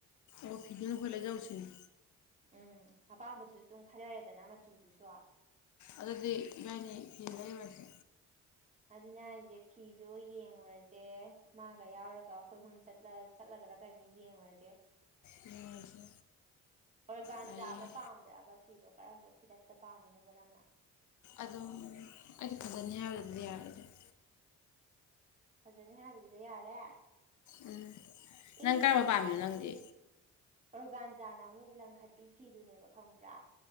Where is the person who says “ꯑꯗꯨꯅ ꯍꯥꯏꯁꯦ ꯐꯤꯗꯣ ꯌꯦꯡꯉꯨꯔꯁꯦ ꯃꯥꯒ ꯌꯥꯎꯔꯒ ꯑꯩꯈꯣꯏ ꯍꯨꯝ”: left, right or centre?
Right